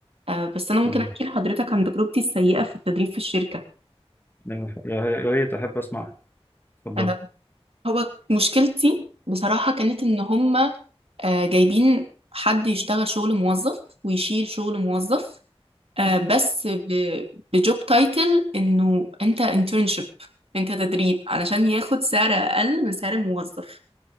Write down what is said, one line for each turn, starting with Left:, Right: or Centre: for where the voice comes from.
Right: آه، بس انا ممكن
Left: تمام.
Right: احكي لحضرتك عن تجربتي السيئة في التدريب في الشركة
Left: أنا- يا يا ريت أحب أسمع. اتفضلي.
Right: آه، هو مشكلتي بصراحة كانت إن هما آه، جايبين حد يشتغل شغل موظف ويشيل شغل موظف آه، بس ب- بجوب تايتل إنه أنت انترنشيب أنت تدريب علشان ياخد سعر أقل من سعر الموظف